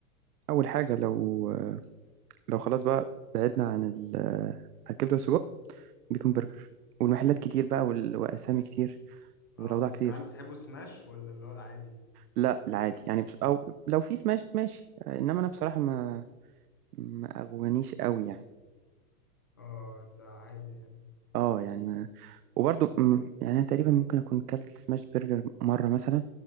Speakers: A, on the right (about 80°); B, on the left (about 15°).
A: اول حاجه لو لو خلاص بقى بعدنا عن ال- عن الكبده والسجق بيكون برجر والمحلات كتير بقى وال- واسامي كتير
B: اه
A: والاوضاع
B: بس
A: كتير
B: هل بتحبه سماش ولا اللي هو العادي
A: لا العادي يعني بس او لو في سماش ماشي انما انا بصراحه ما ما اغوانيش قوي يعني
B: اه ده عادي يعني
A: اه يعني ما وبرضو م- يعني انا تقريبا ممكن اكون كلت سماش برجر مره مثلا